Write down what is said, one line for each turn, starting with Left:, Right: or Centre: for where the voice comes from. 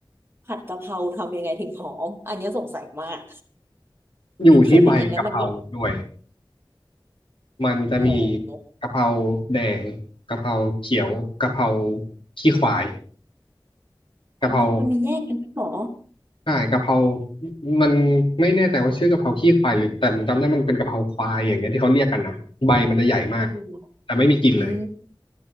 Right: ผัดกะเพราทำยังไงถึงหอมอันเนี้ยสงสัยมาก
Left: อยู่ที่ใบกะเพราด้วย
Right: <laughs> เคยผัดเองแล้วมันไม่
Left: มันจะมี
Right: เออ
Left: กะเพราแดงกะเพราเขียวกะเพราขี้ควายกะเพรา
Right: อ๋อมันไม่แยกกันด้วยเหรอ
Left: ใช่กะเพรามันไม่แน่ใจว่าชื่อกะเพราขี้ควายหรือแต่ผมจำได้มันเป็นกะเพราควายอย่างเงี้ยที่เขาเรียกกันนะใบมันจะใหญ่มาก
Right: อืม
Left: แต่ไม่มีกลิ่นเลย
Right: อืม